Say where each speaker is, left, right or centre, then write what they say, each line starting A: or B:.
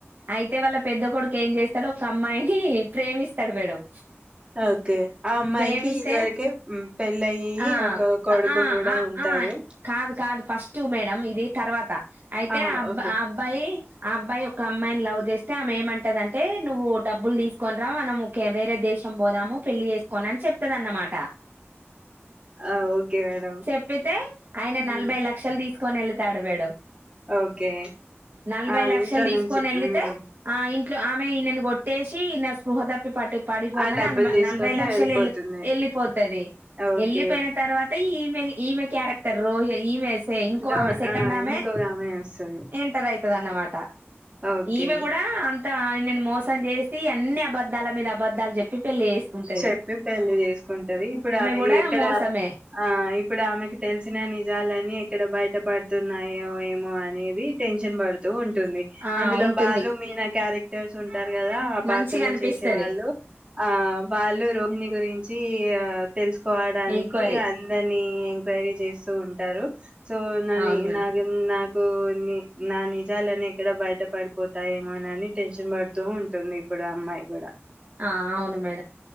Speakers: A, on the right; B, on the right.
A: అయితే వాళ్ళ పెద్ద కొడుకు ఏం చేస్తాడో ఒక అమ్మాయిని ప్రేమిస్తడు మేడం
B: ఓకే ఆ అమ్మాయికి
A: ప్రేమిస్తే
B: ఇది వరకే పెళ్ళయి
A: ఆ
B: ఒక కొడుకు
A: ఆ
B: కూడా
A: ఆ
B: ఉంటారు
A: ఆ కాదు కాదు ఫస్ట్ మేడం ఇది తర్వాత అయితే
B: ఆ!
A: అబ్బ
B: ఓకే.
A: అబ్బాయి ఆ అబ్బాయి ఒక అమ్మాయిని లవ్ చేస్తే ఆమె ఏమంటదంటే నువ్వు డబ్బులు తీసుకొని రా మనం కే వేరే దేశం పోదాము పెళ్లి చే కొనన్ చెప్ న్నమాట
B: ఆ! Okay madam.
A: చెప్పితే ఆయన
B: హ్మ్.
A: నలభై లక్షలు తీసు కొనెల్లి తాడబేడం
B: ఓకే.
A: నలభై
B: ఆ!
A: లక్షలు
B: ఇంట్లో
A: తీసుకొని
B: నుంచి
A: వెళ్ళితే
B: హ్మ్.
A: ఆ ఇంట్లో ఆమె నన్ కొ టేసి ఈన స్పృహ తప్పి పటు పడిపోంగనే
B: ఆ డబ్బులు
A: అన
B: తీసుకొని
A: నలభై లక్ లక్షలు
B: వెళ్ళిపోతుంది.
A: వెళ్ళిపోతది
B: ఓకే.
A: వెళ్ళిపోయిన తర్వాత ఈమే ఈమే క్యారెక్టర్ రోహి ఈమె ఇంకో
B: దో
A: ఆమె సెకండ్
B: ఆ!
A: ఆమె
B: ఇంకొక ఆమె వస్తది.
A: ఎంటర్ అయి ఇదన్న మాట
B: ఓకే.
A: ఈమె కూడా అ త నేను మోసం చేసి అన్ని అబద్దాల మీద అబద్దాలు చెప్పి పెళ్లి చేసుకుంటది
B: చెప్పి పెళ్లి చేసుకుంటది ఇప్పుడు ఆమె
A: కూడా
B: ఎక్కడ
A: మోసమే
B: ఆ ఇప్పుడు ఆమెకు తెలిసిన నిజాలన్ని ఎక్కడ బయట ఇ పడుతున్నాయో ఏమో అనేది టెన్షన్ పడుతూ ఉ టుంది
A: ఆ
B: అందులో
A: ఉంటుంది
B: బాలు మీనా క్యారె త్యాసున్ అంటారు కదా ఆ పాటలో
A: మంచిగా అనిపిస్తది
B: చేసే వాళ్ళు ఆ వాళ్ళు రోహిణి గురించి ఆ తెలుసుకోవడానికి
A: ఎంక్వైరీ
B: అందని ఎంక్వైరీ చే తూ ఉంటారు సో నని
A: అవును మేడం
B: నా నా సోని నా నిజాలని ఎక్కడ బయట పడిపోతాయేమోనని టెన్షన్ పడుతూ ఉంటుంది ఇప్పుడు అమ్మాయి గూడా
A: ఆ అవును మె